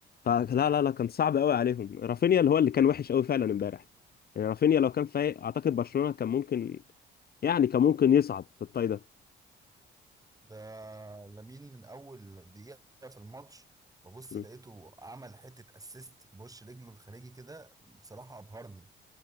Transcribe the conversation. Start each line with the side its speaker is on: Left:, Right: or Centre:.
Left: فلا لا لا كان صعب قوي عليهم رافينيا اللي هو اللي كان وحش قوي فعلا امبارح يعني رافينيا لو كان فايق اعتقد برشلونة كان ممكن يعني كان ممكن يصعد في الطاي ده
Right: ده لامين من اول دقيقة في الماتش ببص
Left: مم.
Right: لقيته عمل حتة اسيست بوش رجله الخارجي كده بصراحة ابهرني